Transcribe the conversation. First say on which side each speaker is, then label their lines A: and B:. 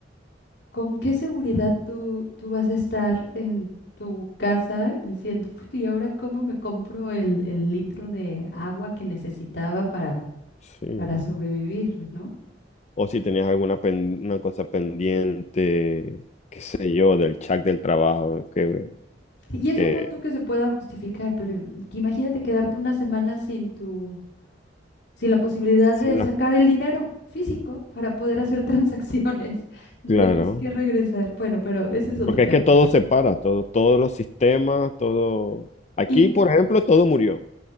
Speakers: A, on the left; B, on the left.
A: ¿con qué seguridad tú, tú vas a estar en tu casa diciendo, "Puta, ¿y ahora cómo me compro el, el litro de agua que necesitaba para
B: sí.
A: para sobrevivir, ¿no?
B: O si tenías alguna pen- una cosa pendiente, qué sé yo, del chat del trabajo, que,
A: Sí, Y eso
B: que,
A: pon tú que se pueda justificar, pero mm, que imagínate quedarte una semana sin tu, sin la posibilidad
B: sí,
A: de
B: no,
A: sacar el dinero físico para poder hacer transacciones. <laughs> Tendríamos
B: claro.
A: que regresar. Bueno, pero ese es otro
B: Porque
A: tema.
B: es que todo se para, todo, todos los sistemas, todo. Aquí,
A: Y,
B: por ejemplo, todo murió,